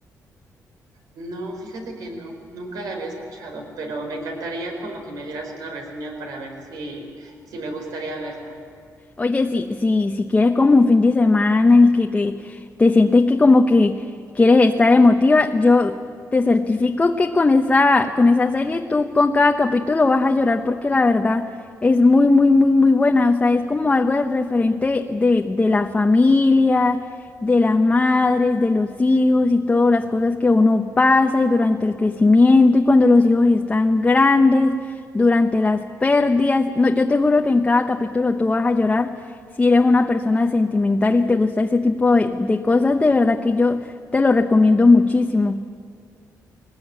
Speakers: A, on the right; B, on the left.
A: No, fíjate que no, nunca la había escuchado, pero me encantaría como que me dieras una reseña para ver si, si me gustaría verla.
B: Oye, si, si, si quieres como un fin de semana en el que te, te sientes que como que quieres estar emotiva, yo te certifico que con esa, con esa serie tú con cada capítulo vas a llorar porque la verdad es muy, muy, muy, muy buena. O sea, es como algo de referente de, de la familia, de las madres, de los hijos y todas las cosas que uno pasa y durante el crecimiento y cuando los hijos están grandes durante las pérdidas. No, yo te juro que en cada capítulo tú vas a llorar si eres una persona sentimental y te gusta ese tipo de, de cosas. De verdad que yo te lo recomiendo muchísimo.